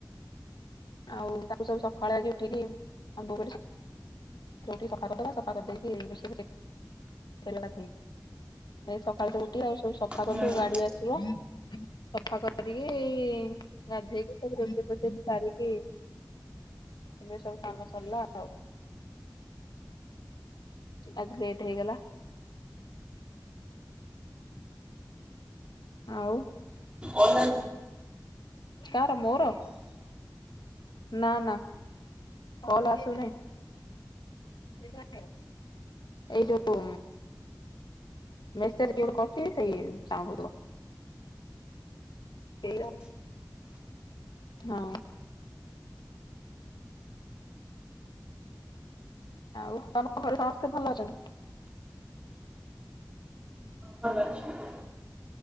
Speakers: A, on the left; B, on the right.
A: ଆଉ ତାକୁ ସବୁ ସକାଳେ ଆଜି ଉଠିକି ଆମ୍ବ ଯଉଠି ସଫା କରିଦବା ସଫା କରିଦେଇକି ରୋଷେଇକ ସକାଳେ ଉଠି ଆଉ। ସବୁ ସଫା
B: ଆଉ।
A: କଲୁ ଗାଡି ଆସିବ ସଫା କ କରିକି ଏଇ ଗାଧେଇକି ସବୁ ରୋସେଇ ଫୋସେଇ ସରିକି ଏବେି ସବୁ କାମ ସରିଲା ଆଉ ଆଜି ଲେଟ ହେଇଗଲା ଆଉ
B: ଓନା
A: କାର ମୋର ନା ନା କଲ ଆସୁନି। ସେଟ ଏଇ ଯୋଉ ମେସେଜ ଗୋଟେ କରୁଛି ସେଇ ସାଙ୍ଗିବ <unintelligible> ହଁ ଆଉ ତମ ଘରେ ସମସ୍ତେ ଭଲ ଅଛନ୍ତି।
B: ଭଲ ଅଛନ୍ତି।